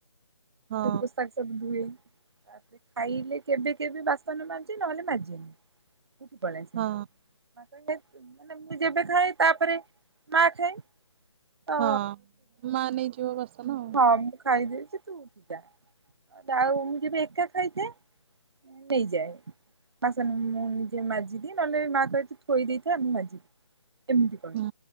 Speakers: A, on the right; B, on the right.
A: ହଁ
B: ଦୋ ପୋସାକ ସବୁ ଧୁଏ ତାପରେ ଖାଇଲେ କେବେ କେବେ ବାସନ ମାଜେ ନହେଲେ ମାଜେନି। ଉଠିକି ପଳିଆସିମି
A: ହଁ
B: <unintelligible> ମାନେ ମୁଁ ଯେବେ ଖାଏ ତାପରେ ମା ଖାଏ। ତ
A: ହଁ ମା ନେଇଯିବ ବାସନ ଆଉ।
B: ମୁ ଖାଇଦେଇଚି ତୁ ଉଠୁଯା ଆଉ ମୁଁ ଯେବେ ଏକା ଖାଇଥାଏ ନେଇଯାଏ। ବାସନ ମୁଁ ନିଜେ ମାଜିଦିଏ ନହେଲେ ମା କହେ ତୁ ଥୋଇଦେଇଥା ମୁଁ ମାଜିବି। ଏମିତି କଣ
A: ହଁ